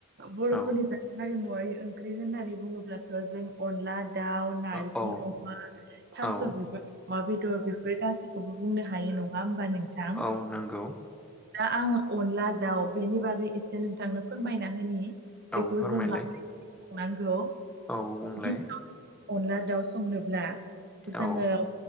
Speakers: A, on the right; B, in the centre.
A: बरफोरनि
B: औ
A: ज हारिमुवारि ओं ओंख्रि होननानै बुङोब्लाथ जों अनला दाउ नार्जि
B: औ
A: अमा। थास
B: औ
A: बिबार अमा बेदर बेफोर गासिखौबो बुंनो हायो नङा होमबा नोंथां।
B: औ नांगौ
A: दा आङ अनला दाउ बेनि बागै एसे नोंथांनो। फोरमायना होनि
B: औ
A: बेखौ
B: फोरमायलाय
A: जों माबोरै संनांगौ
B: औ बुंलाय
A: गिबियावनो। अनला दाउ संनोब्ला जोङो।
B: औ